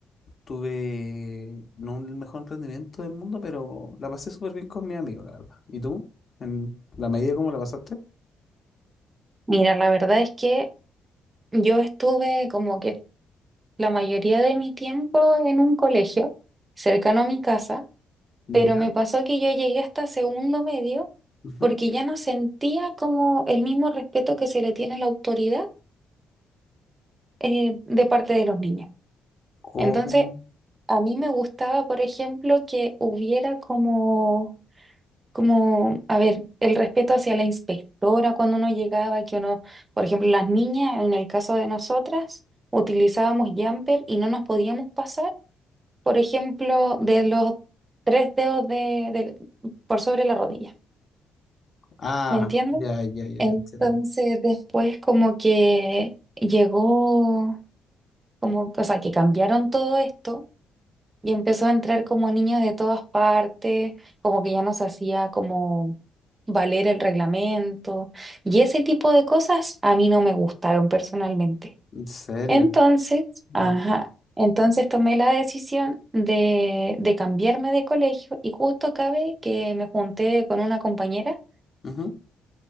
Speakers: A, on the left; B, on the right.
A: Tuve no el mejor rendimiento del mundo, pero la pasé súper bien con mi amigo, la verdad. ¿Y tú? ¿En la medida cómo la pasaste?
B: Mira, la verdad es que yo estuve como que la mayoría de mi tiempo en un colegio cercano a mi casa.
A: Ya.
B: Pero me pasó que yo llegué hasta segundo medio
A: ujú.
B: porque ya no sentía como el mismo respeto que se le tiene a la autoridad eh, de parte de los niños.
A: ¿Cómo?
B: Entonces, a mí me gustaba, por ejemplo, que hubiera como, como, a ver, el respeto hacia la inspectora cuando uno llegaba, que uno, por ejemplo, las niñas, en el caso de nosotras, utilizábamos jumper y no nos podíamos pasar, por ejemplo, de los tres dedos de, del- por sobre la rodilla.
A: Ah,
B: ¿Me entiendes?
A: ya, ya, ya,
B: Entonces
A: ya entiendo.
B: después como que llegó, como, o sea, que cambiaron todo esto y empezó a entrar como niños de todas partes, como que ya nos hacía como valer el reglamento y ese tipo de cosas a mí no me gustaron personalmente.
A: ¿En serio?
B: Entonces,
A: Ya.
B: ajá, entonces tomé la decisión de, de cambiarme de colegio y justo cabe que me junté con una compañera
A: Ujú,